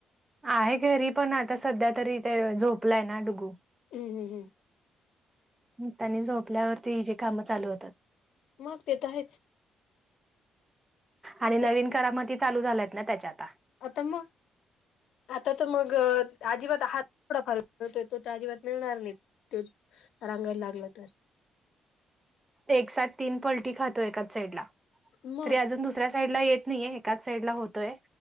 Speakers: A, on the right; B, on the left.
A: आहे घरी पण आता सध्या तरी ते झोपलाय ना डुगू.
B: हम्म, हम्म, हम्म.
A: त्यांनी झोपल्यावरती ही जे कामं चालू होतात.
B: मग ते तर आहेच.
A: आणि नवीन
B: ते
A: करामती चालू झाल्यात ना त्याच्यात.
B: आता मग आता तर मग आजिबात हात थोडा फारतोय तोय अजिबात मिळणार नाही ते रांगायला लागलं तर
A: एक साथ तीन पलटी खातो एकाच साईडला
B: मग
A: तरी अजून दुसऱ्या साईडला येत नाहीये. एकाच साईड ला होतोय